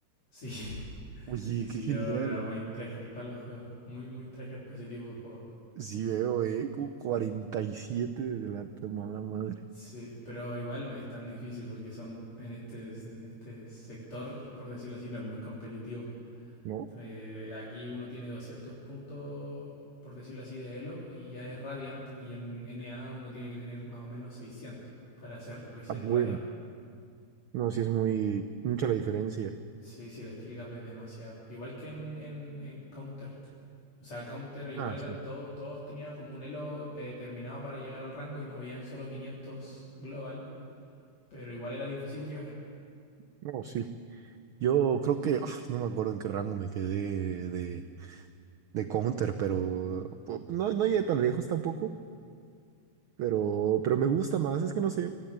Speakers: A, on the left; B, on the right.
A: Sí, <laughs>
B: Oye,
A: sí, sí,
B: qué genial.
A: yo era muy tryhard para los juegos, muy, muy tryhard para ese tipo de juegos.
B: Sí veo, eh, como 47 de delante, mala madre.
A: Sí, pero igual no es tan difícil porque son en este, en este sector, por decirlo así, no es muy competitivo.
B: No,
A: Eh, aquí uno tiene 200 puntos, por decirlo así, de Elo y ya es Radiant. Y en NA uno tiene que tener más o menos 600 para ser recién
B: ah, bueno,
A: Radiant.
B: no, sí es muy, mucha la diferencia.
A: Sí, sí, el skill gap es demasiado. Igual que en, en, en Counter. O sea, Counter igual
B: Ah,
A: eran
B: sí,
A: todos, todos tenían como un elo determinado para llegar al rango y no habían solo 500 global, pero igual era difícil llegar.
B: no, sí. Yo creo que, ay, no me acuerdo en qué rango me quedé de, de Counter, pero pu- no, no llegué tan lejos tampoco, pero, pero me gusta más, es que no sé,